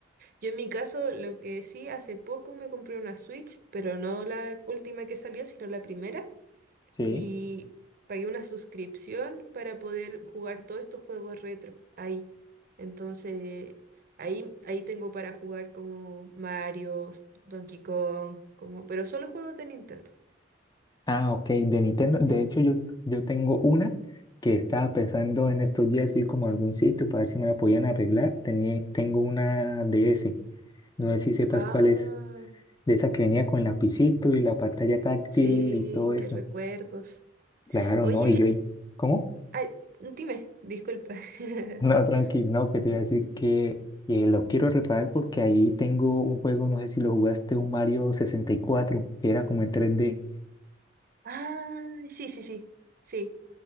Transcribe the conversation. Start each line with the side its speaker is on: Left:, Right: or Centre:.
Right: Yo en mi caso, lo que sí, hace poco me compré una Switch, pero no la última que salió, sino la primera.
Left: Sí.
Right: Y pagué una suscripción para poder jugar todos estos juegos retro ahí. Entonces, ahí, ahí tengo para jugar como Mario, Donkey Kong, como, pero solo juegos de Nintendo.
Left: Ah, ok, de Nintendo.
Right: Sí.
Left: De hecho, yo, yo tengo una que estaba pensando en estos días ir como a algún sitio para ver si me la podían arreglar. Tenía, tengo una DS. No sé si sepas
Right: Ah,
Left: cuál es. De esa que venía con lapicito y la pantalla táctil
Right: sí,
Left: y todo eso.
Right: qué recuerdos.
Left: Claro,
Right: Oye,
Left: no. Y yo, ahí, ¿cómo? <laughs>
Right: ay, dime, disculpa. <laughs>
Left: No, tranquilo, no, que te iba a decir que, que lo quiero reparar porque ahí tengo un juego, no sé si lo jugaste, un Mario 64 que era como en tres d
Right: Ah, sí, sí, sí, sí,